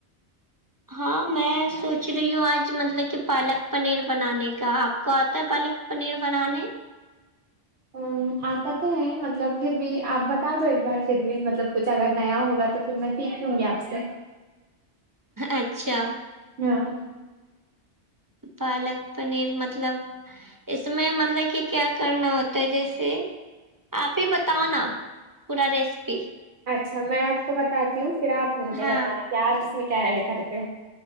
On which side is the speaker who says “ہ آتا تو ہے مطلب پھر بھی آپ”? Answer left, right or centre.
Right